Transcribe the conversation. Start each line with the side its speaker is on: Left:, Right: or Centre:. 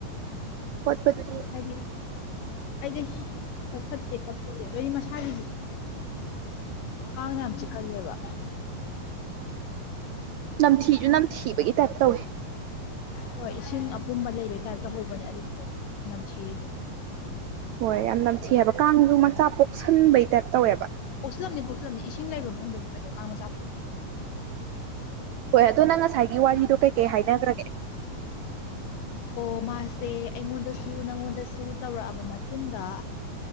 Right: ꯄꯗꯤ
Left: ꯍꯥꯏꯗꯤ ꯑꯩꯗꯤ ꯍꯣꯏ ꯐꯠꯇꯦ ꯐꯠꯇꯣꯁꯦ ꯑꯣ ꯑꯩꯗꯤ ꯃꯁꯥꯒꯤꯗꯤ ꯀꯥꯟꯅꯦꯌꯥꯝ ꯆ ꯀꯜꯂꯦꯕ
Right: ꯅꯝꯊꯤꯁꯨ ꯅꯝꯊꯤꯕꯒꯤ ꯇꯥꯏꯞ ꯇꯧꯏꯦ
Left: ꯍꯣꯏ ꯏꯁꯤꯡ ꯑꯄꯨꯝꯕ ꯂꯩꯕꯩ ꯇꯥꯏꯞꯇ ꯍꯧꯕꯅꯦ ꯑꯗꯨ ꯅꯝ ꯆꯔꯤꯗꯣ
Right: ꯍꯣꯏ ꯌꯥꯝ ꯅꯝꯊꯤꯑꯕ ꯀꯥꯡꯁꯨ ꯃꯆꯥ ꯄꯣꯛꯁꯟꯕꯩ ꯇꯥꯏꯞ ꯇꯧꯋꯦꯕ
Left: ꯄꯣꯛꯁꯤꯜꯂꯝꯕꯅꯤ ꯄꯣꯛꯁꯤꯜꯂꯝꯅꯤ ꯏꯁꯤꯡ ꯂꯩꯕ ꯃꯐꯝꯗꯕꯨ ꯀꯩꯅꯣ ꯀꯥꯡ ꯃꯆꯥꯣꯛ
Right: ꯍꯣꯏ ꯑꯗꯣ ꯅꯪ ꯉꯁꯥꯏꯒꯤ ꯋꯥꯔꯤꯗꯣ ꯀꯩꯀꯩ ꯍꯥꯏꯅꯈ꯭ꯔꯒꯦ
Left: ꯑꯣ ꯃꯥꯁꯦ ꯑꯩꯉꯣꯟꯗꯁꯨ ꯅꯪꯉꯣꯟꯗꯁꯨ ꯇꯧꯔꯛꯑꯕ ꯃꯇꯨꯡꯗ